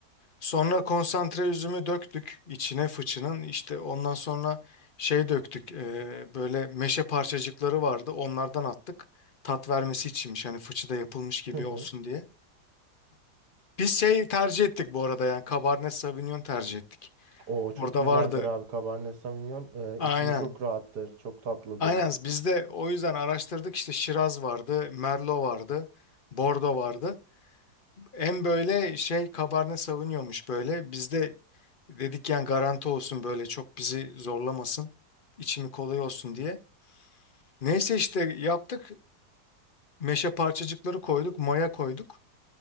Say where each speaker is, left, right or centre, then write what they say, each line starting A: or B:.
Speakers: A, on the left (about 45°); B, on the right (about 75°).
A: Sonra konsantre üzümü döktük içine fıçının işte ondan sonra şey döktük e, böyle meşe parçacıkları vardı onlardan attık tat vermesi içinmiş hani fıçıda yapılmış gibi
B: Hı hı.
A: olsun diye. Biz şey tercih ettik bu arada yani Cabernet Sauvignon tercih ettik.
B: Oo çok
A: Orada
B: güzeldir
A: vardı
B: abi Cabernet Sauvignon. Ee,
A: aynen
B: içimi çok rahattır, çok tatlıdır.
A: aynen biz de o yüzden araştırdık işte Şiraz vardı Merlot vardı Bordeaux vardı. En böyle şey Cabernet Sauvignon'muş böyle bizde Dedik yani garanti olsun böyle çok bizi zorlamasın. içimi kolay olsun diye. Neyse işte yaptık. Meşe parçacıkları koyduk, maya koyduk.